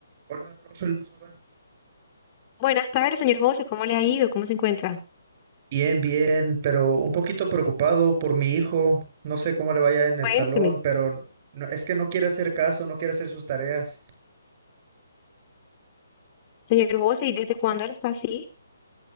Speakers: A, on the right; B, on the left.
A: Hola, profe Luz, ¿cómo
B: Buenas tardes, señor José. ¿Cómo le ha ido? ¿Cómo se encuentra?
A: Bien, bien, pero un poquito preocupado por mi hijo. No sé cómo le vaya en el
B: Cuénteme.
A: salón, pero no- es que no quiere hacer caso, no quiere hacer sus tareas.
B: Señor José, ¿y desde cuándo él está así?